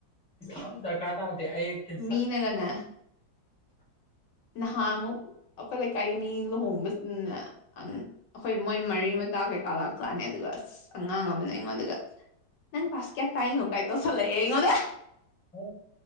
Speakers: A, in the centre; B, on the left.
A: ꯑꯗ ꯀꯥꯇ ꯑꯩ ꯀ
B: ꯃꯤꯅꯒꯅꯦ ꯅꯍꯥ ꯑꯃꯨꯛ ꯑꯩꯈꯣꯏ ꯂꯩꯀꯥꯏꯒꯤ ꯃꯤ ꯂꯨꯍꯣꯡ ꯑꯩꯈꯣꯏ ꯃꯣꯏ ꯃꯔꯤ ꯃꯇꯥ ꯀꯩꯀꯥ ꯂꯥꯛ ꯆꯥꯅꯦ ꯑꯗꯨꯒ ꯑꯁ ꯑꯉꯥꯡ ꯑꯃꯅ ꯑꯩꯉꯣꯟꯗꯒ ꯅꯪ ꯐꯕꯥꯥꯁ ꯀꯌꯥ ꯀꯥꯏꯅꯣ ꯀꯥꯏ ꯇꯣꯁꯂꯦ ꯏꯉꯣꯟꯗ
A: ꯑꯣ